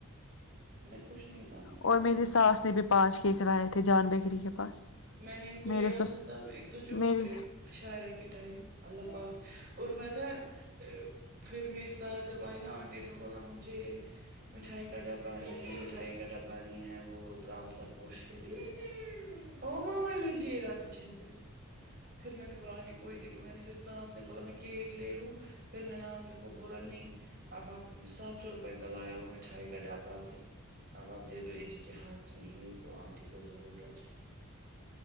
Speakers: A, on the right; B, on the left.
A: میں کچھ نہیں لاؤں گی
B: اور
A: اس
B: میری
A: بار
B: ساس
A: میں
B: نے بھی پانچ ککرائے تھے جان بیکری کے پاس
A: میں نے ان کو لیا
B: میرے سس
A: تھا تب ایک تو جوس
B: میری
A: کریٹ شاعرہ کے ٹائم اللہ پااکظ اور پتہ ہے پھر میری ساتسھ جب آئی نا آنٹی نے بولا مجھے مٹھائی کا ڈبہ نہیں مٹھائی کا ڈبہ نہیں ہے وہت رام سرپوش کے لیے ہو م میں لجےا تو چھپے پھر میں نے بولا آنٹی کوئی دق م میں نے پھر سانس لی نے بولا میں کیک لے لو پھر میں نے ہاں میرے کو بولا نہیں اب آپ سات سو روپے کا لایا وہ مٹھائی کا ڈبا بھی اب آپ دے دو ای جی کے ہاتھ میں ہی تو آنٹی کو ضرورت ہے